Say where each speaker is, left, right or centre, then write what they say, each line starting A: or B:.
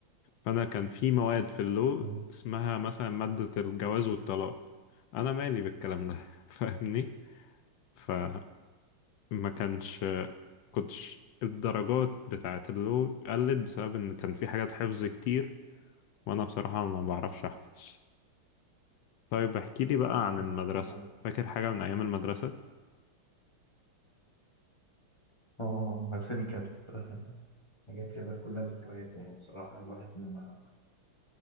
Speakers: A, on the left (about 75°); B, on the left (about 25°).
A: فانا كان في مواد في اللو
B: مم.
A: اسمها مثلا مادة الجواز والطلاق انا مالي بالكلام ده <laughs> فاهمني ما كانش كنتش الدرجات بتاعت اللو قلت بسبب ان كان في حاجات حفظ كتير وانا بصراحة ما بعرفش احفظ طيب احكي لي بقى
B: اه
A: عن المدرسة
B: مظبوط.
A: فاكر حاجة من ايام المدرسة
B: آه، المدرسة دي كانت آه، حاجات كده كلها ذكريات يعني بصراحة الواحد لما